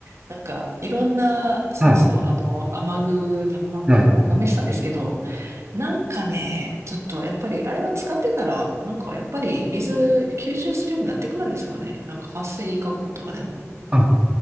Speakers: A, on the right (about 60°); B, on the right (about 20°).
A: なんかいろんな、そうそう、
B: あ、はい。
A: あの、雨具たま、
B: はい。
A: あの、試したんですけど、なんかね、ちょっとやっぱり、あれは使ってたら、なんかやっぱり水吸収するようになってくるんですかね。なんか撥水加工とかでも。
B: あ